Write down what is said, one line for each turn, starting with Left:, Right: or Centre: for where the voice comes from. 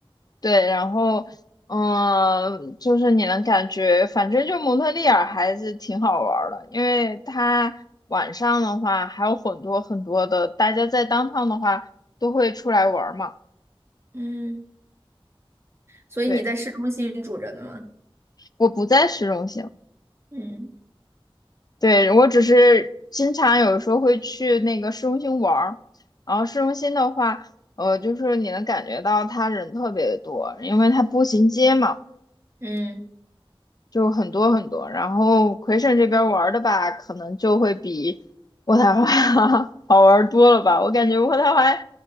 Left: 对，然后，嗯、就是你能感觉，反正就蒙特利尔还是挺好玩儿的，因为它晚上的话还有很多很多的，大家在当 o 的话都会出来玩儿嘛。
Right: 嗯，所以你在市中心住着呢吗？
Left: 对，我不在市中心，
Right: 嗯
Left: 对，我只是经常有时候会去那个市中心玩儿，然后市中心的话，呃，就是你能感觉到它人特别多，因为它步行街嘛。
Right: 嗯。
Left: 就很多很多。然后魁省这边玩儿的吧，可能就会比渥太华 <laughs> 好玩儿多了吧。我感觉渥太华